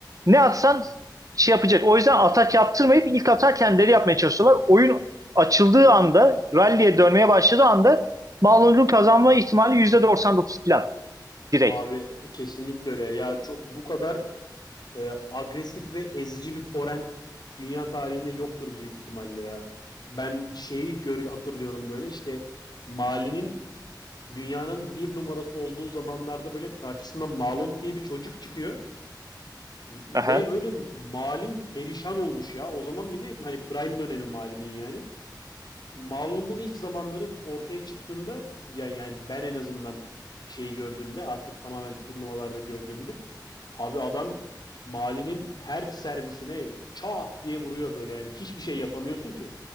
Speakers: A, on the right (about 50°); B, on the left (about 65°).
A: ne atsan şey yapacak. O yüzden atak yaptırmayıp ilk atak kendileri yapmaya çalışıyorlar. Oyun açıldığı anda, rally'e dönmeye başladığı anda Malum'un kazanma ihtimali %99 falan direkt.
B: Abi kesinlikle öyle. Ya çok bu kadar e, agresif ve ezici bir forend dünya tarihinde yoktur büyük ihtimalle ya. Ben şeyi gör hatırlıyorum böyle işte Mali'nin dünyanın bir numarası olduğu zamanlarda böyle karşısına Malong diye bir çocuk çıkıyor ve
A: Aha.
B: böyle Malin perişan olmuş ya. O zaman bir de hani prime dönemi Mali'nin yani. Malong'un ilk zamanları ortaya çıktığında yani, yani ben en azından şeyi gördüğümde artık tamamen turnuvalarda gördüğümde Abi adam Mali'nin her servisine çat diye vuruyor böyle yani hiçbir şey yapamıyorsun ki.